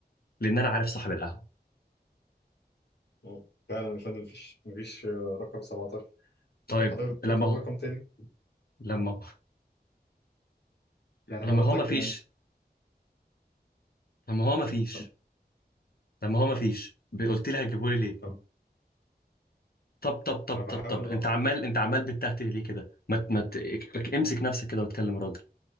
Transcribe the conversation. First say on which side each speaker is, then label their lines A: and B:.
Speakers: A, on the left; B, on the left.
A: لان انا عارف صاحب القهوه
B: آه، فعلا يا فندم مفيش مفيش آه، رقم 17
A: طيب
B: ممكن حضرتك تطلب
A: لما
B: رقم تاني
A: لما
B: يعني
A: لما
B: حضرتك
A: هو ما فيش لما هو ما فيش
B: طب
A: لما هو ما فيش قلت لي هتجيبهولي ليه
B: طب
A: طب طب طب
B: انا
A: طب
B: بحاول
A: طب انت
B: أه،
A: عمال انت عمال بتتهته ليه كده ما ت- ما ت- امسك نفسك كده واتكلم راجل